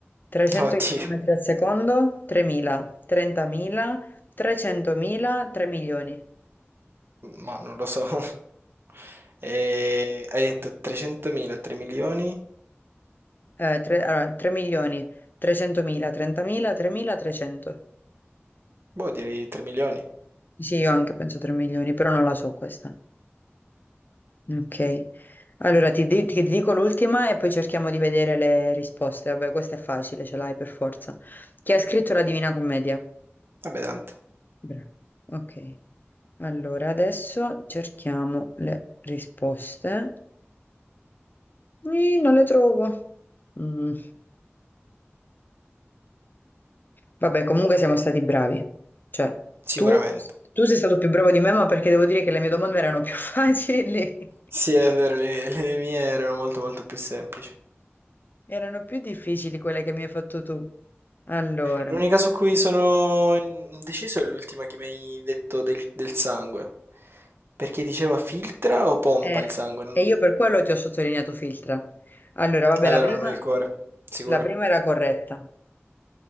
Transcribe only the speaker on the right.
<laughs> Oddio,
ma non lo so. <laughs> E... Hai detto 300.000, 3 milioni?
Boh, direi 3 milioni.
Vabbè, tante.
Sicuramente.
Sì, è vero, le, le mie erano molto molto più semplici.
L'unica su cui sono indeciso è l'ultima che mi hai detto del, del sangue. Perché diceva filtra o pompa
il sangue? Non-
Allora
non è il cuore, sicuro.